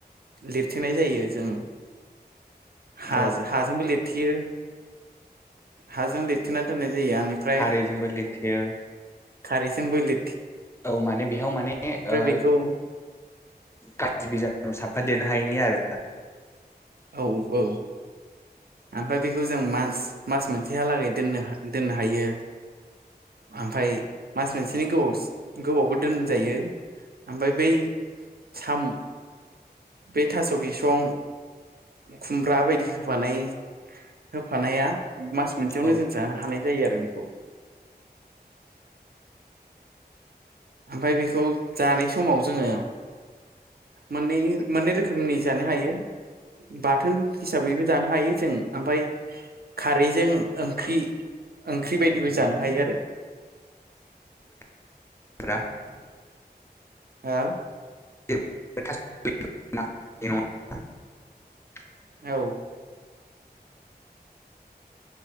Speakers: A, on the right; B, on the left.
A: लिरथेनाय जायो जों हा
B: औ
A: हाजोंबो लिर थियो हाजों लिरथेनाय दोननाय जायो बेनिफ्राय
B: खारैजोंबो लिरथेयो
A: खारैजों लि
B: औ माने बेयाव माने ओ
A: बेखौ
B: काथिबिजाब साबा दनो हायिनि आरो नोंथां
A: औ औ ओमफ्राय बेखौ जों मास मास मोनसेहालागै दोननो दोननो हायो। ओमफ्राय मास मोनसेनि गोबाव गोबावबो दोनजायो ओमफ्राय बै साम बे थास बिसं खुमब्रा बायदि होफानाय होफानाया मास मोनसेयावनो
B: औ
A: जों जानो हानाय जायो आरो बेखौ ओमफ्राय बेखौ जानाय समाव जोंङो मोननै मोननै रोखोमनि जानो हायो बाथोन हिसाबैबो जानो हायो जों ओमफ्राय खारैजों ओंख्रि ओंख्रि बायदिबो जानो हायो आरो
B: <inaudible>
A: हा?
B: <inaudible>
A: औ